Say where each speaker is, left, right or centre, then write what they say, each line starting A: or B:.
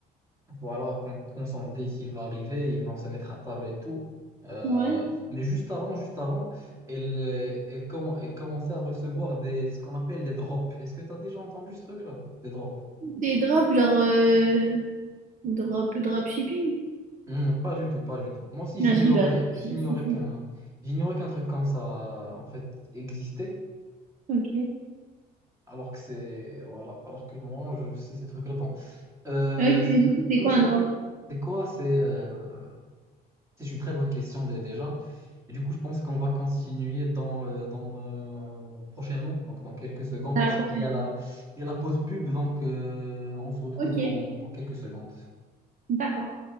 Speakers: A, on the right; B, on the right.
A: Voilà, quand, quand Sandy, s'il va arriver, ils vont se mettre à table et tout. Euh,
B: ouais.
A: mais juste avant, juste avant, elle, euh, elle, commen- elle commençait à recevoir des, ce qu'on appelle des drops. Est-ce que tu as déjà entendu ce truc-là? Des drops.
B: Des drops, genre, euh, drop, drop shipping?
A: Hmm, pas du tout, pas du tout. Moi aussi, j'ignorais,
B: Non, je rigole, je
A: j'ignorais
B: sais pas ce que c'est.
A: qu'un, j'ignorais qu'un truc comme ça, en fait, existait.
B: Ok.
A: Alors que c'est, voilà, alors que normalement, je sais ces trucs-là. Bon, Euh,
B: Ok,
A: c'est,
B: mais du coup, c'est
A: non,
B: quoi
A: c'est,
B: un drop?
A: c'est quoi? C'est, euh, C'est une très bonne question dé- déjà. Et du coup, je pense qu'on va continuer dans, euh, dans, euh, prochainement, donc dans quelques secondes,
B: À
A: parce
B: la prochaine.
A: qu'il y a la, il y a la pause pub, donc euh, on se retrouve
B: Ok,
A: dans dans quelques secondes.
B: d'accord.